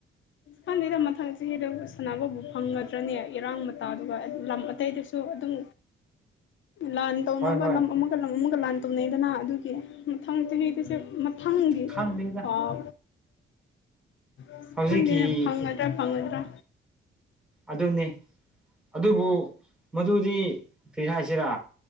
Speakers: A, on the left (about 65°); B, in the centre.
A: ꯈꯪꯗꯦꯗꯥ ꯃꯊꯪ ꯆꯍꯤꯗ ꯁꯥꯟꯅꯕꯕꯨ ꯐꯪꯒꯗ꯭ꯔꯅꯦ ꯏꯔꯥꯡ ꯃꯇꯥꯗꯨꯒꯥ ꯑꯗꯨꯝ ꯂꯝ ꯑꯇꯩꯗꯁꯨ ꯗꯨꯝ ꯂꯥꯟ ꯇꯧꯅꯕ
B: ꯍꯣꯏ ꯍꯣꯏ
A: ꯂꯝ ꯑꯃꯒ ꯂꯝ ꯑꯃꯒ ꯂꯥꯟ ꯇꯧꯅꯩꯗꯅ ꯑꯗꯨꯒꯤ ꯃꯊꯪ ꯆꯍꯤꯗꯥꯁꯨ ꯃꯊꯪꯒꯤ
B: ꯈꯪꯗꯦꯗ
A: ꯑꯥ ꯑꯁ
B: ꯍꯧꯖꯤꯛꯀꯤ
A: ꯈꯪꯗꯦꯅꯦ ꯐꯪꯒꯗ꯭ꯔꯥ ꯐꯪꯉꯣꯏꯗ꯭ꯔꯥ꯫
B: ꯑꯗꯨꯅꯤ ꯑꯗꯨꯕꯨ ꯃꯗꯨꯗꯤ ꯀꯩ ꯍꯥꯏꯁꯤꯔꯥ꯫